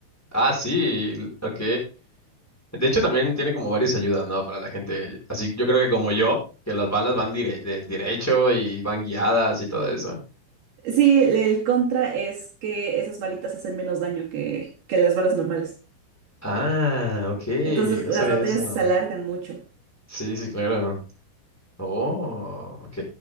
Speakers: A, in the centre; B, on the right.
A: Ah, sí, l- ok. De hecho también tiene como varias ayudas, ¿no? Para la gente. Así yo creo que como yo, que las balas van dire- de- derecho y van guiadas y todo eso.
B: Sí, el el contra es que esas balitas hacen menos daño que, que las balas normales.
A: Ah, ok,
B: Entonces
A: no
B: las
A: sabía
B: batallas
A: eso.
B: se alargan mucho.
A: Sí, sí, claro. Oh, ok.